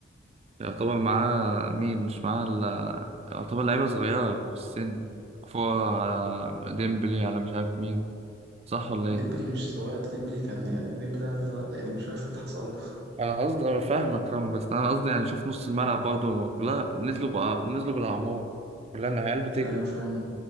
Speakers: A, on the right (about 35°); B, on the right (about 60°).
A: يعتبر معاه مين مش معاه الا يعتبر لعيبة صغيرة في السن كفارة على ديمبلي على مش عارف مين صح ولا ايه؟
B: ديمبلي مش سواء ده ديمبلي كان يعني ديمبلي ده الله- الله- يعني مش عارف ايه اللي حصل له <laughs>
A: انا قصدي انا فاهمك فاهمك بس انا قصدي يعني شوف نص الملعب برضه كلها نزلوا بقى نزلوا بالاعمار كلها العيال بتجري
B: ايوه فاهم